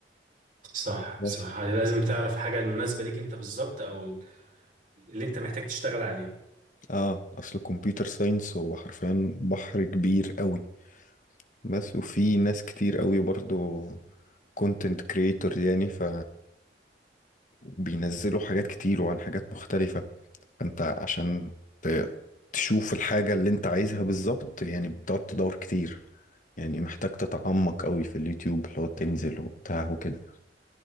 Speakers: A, on the right (about 50°); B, on the left (about 45°).
A: صح
B: بس
A: صح يعني لازم تعرف حاجة المناسبة ليك انت بالظبط او اللي انت محتاج تشتغل عليه
B: اه اصل الكمبيوتر ساينس هو حرفيا بحر كبير قوي بس وفي ناس كتير قوي برضو كونتنت كريتور يعني ف بينزلوا حاجات كتير وعن حاجات مختلفة انت عشان ت- تشوف الحاجة اللي انت عايزها بالظبط يعني بتقعد تدور كتير يعني محتاج تتعمق قوي في اليوتيوب لو تنزل وبتاع وكده